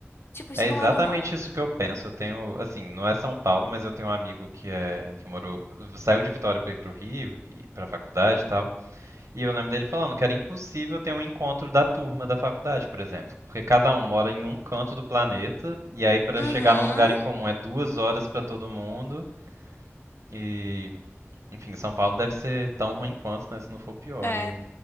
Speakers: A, on the left (about 50°); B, on the right (about 80°).
A: Tipo, isso
B: É exatamente
A: não é normal.
B: isso que eu penso. Eu tenho, assim, não é São Paulo, mas eu tenho um amigo que é que morou, saiu de Vitória para ir pro Rio, e- pra faculdade e tal. E eu lembro dele falando que era impossível ter um encontro da turma da faculdade, por exemplo, porque cada um mora em um canto do planeta e aí para
A: Uhum.
B: chegar num lugar em comum é duas horas para todo mundo e, enfim, São Paulo deve ser tão ruim quanto, né, se não for pior.
A: É.
B: E...